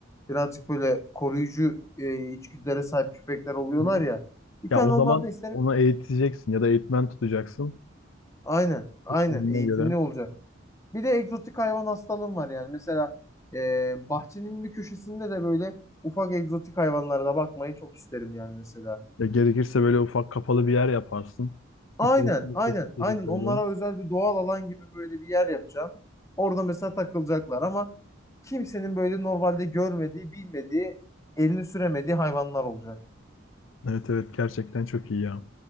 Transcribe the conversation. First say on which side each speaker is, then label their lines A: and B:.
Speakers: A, on the left (about 15°); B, on the left (about 80°).
A: Birazcık böyle koruyucu e, içgüdülere sahip köpekler oluyorlar
B: Hı.
A: ya. Bir
B: Ya
A: tane
B: o zaman
A: onlardan isterim.
B: onu eğiteceksin ya da eğitmen tutacaksın.
A: Aynen, aynen
B: Usulüne
A: eğitimli
B: göre.
A: olacak. Bir de egzotik hayvan hastalığım var yani. Mesela e, bahçenin bir köşesinde de böyle ufak egzotik hayvanlara da bakmayı çok isterim yani mesela.
B: Ya gerekirse böyle ufak kapalı bir yer yaparsın.
A: Aynen,
B: İçerisinde
A: aynen,
B: çeşit çeşit
A: aynen.
B: böyle.
A: Onlara özel bir doğal alan gibi böyle bir yer yapacağım. Orada mesela takılacaklar ama kimsenin böyle normalde görmediği, bilmediği, elini süremediği hayvanlar olacak.
B: Evet evet gerçekten çok iyi ya.